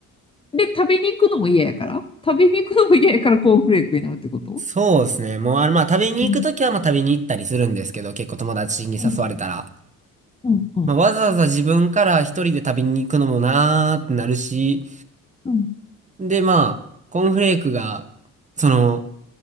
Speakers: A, on the left (about 15°); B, on the right (about 20°).
A: で、食べに行くのも嫌やから食べに行くのも嫌やからコーンフレークになるってこと
B: そうですね。もう、あの、まあ、食べに行くときは、
A: うん。
B: まあ、食べに行ったりするんですけど、結構友達に誘われたら。
A: うん。うん。うん。
B: まあ、わざわざ自分から一人で食べに行くのもなーってなるし、
A: うん。
B: で、まあ、コーンフレークが、その、